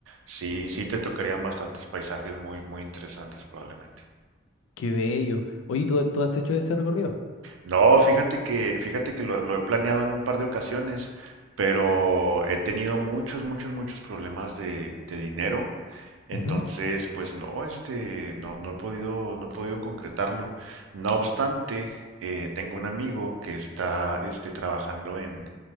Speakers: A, on the right; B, on the left.
A: Sí, sí te tocarían bastantes paisajes muy, muy interesantes probablemente.
B: Qué bello. Oye, ¿tú, tú has hecho ese recorrido?
A: No, fíjate que, fíjate que lo, lo he planeado en un par de ocasiones, pero he tenido muchos, muchos, muchos problemas de, de dinero. Entonces,
B: Ujú,
A: pues no, este, no, no he podido, no he podido concretarlo. No obstante, eh, tengo un amigo que está, este, trabajando en,